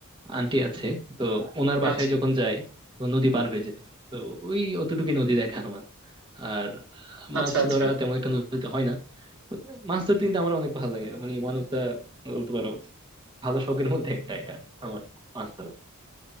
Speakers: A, on the right; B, on the right.
A: আন্টি আছে তো ওনার বাসায়
B: আচ্ছা
A: যখন যাই তো নদী পার হয়ে যেতে হয় তো ওই অতটুকুই নদী দেখা আমার আর
B: আচ্ছা
A: মাছ
B: আচ্ছা
A: ধরা তেমন একটা নদীতে হয় না তো মাছ ধরতে কিন্তু আমার অনেক ভালো লাগে মানে ওয়ান অফ দা বলতে পারো ভালো শখের মধ্যে একটা এটা আমার মাছ ধরা